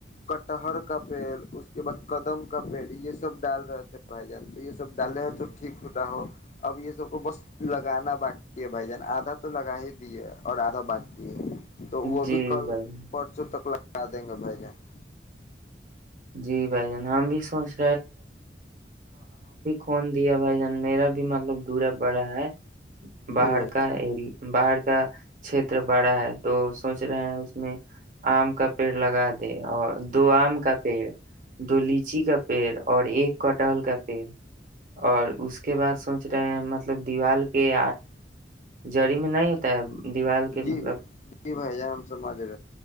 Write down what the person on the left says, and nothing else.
کٹہر کا پیڑ اس کے بعد قدم کا پیڑ یہ سب ڈال رہے تھے بھائی جان تو یہ سب ڈالے ہو تو ٹھیک ہوتاا ہو اب یہ سب کو بس لگانا باقی ہے بھائی جان آدھا تو لگا ہی دی ہے اور آدھا باقی ہے تو وہ
بھی کل
پرچوں تک ل کر دیں گے بھائی جان
جی بھائی
جی
جی بھائی جان ہم سمجھ رہے